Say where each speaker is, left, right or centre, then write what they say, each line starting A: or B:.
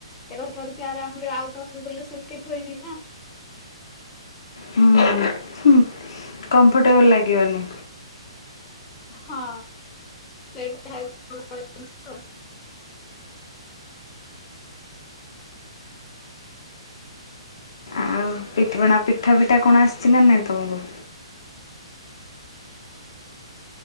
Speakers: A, on the left; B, on the left.
A: ରହିପରୁଚେ ଆରାମରେ ଆଉ କାହା ଘରକୁ ଗଲେ ସେମିତି ହୁଏନି ନା।
B: ହୁଁ-ହୁଁ-ହୁଁ। କନଫର୍ଟେବଲ୍ ଲାଗିବନି।
A: ହଁ ସେ <unintelligible>
B: ଆଉ ପିଠପଣା ପିଠା ଫିଠା କଣ ଆସିଚି ନା ନାଇଁ ତମକୁ?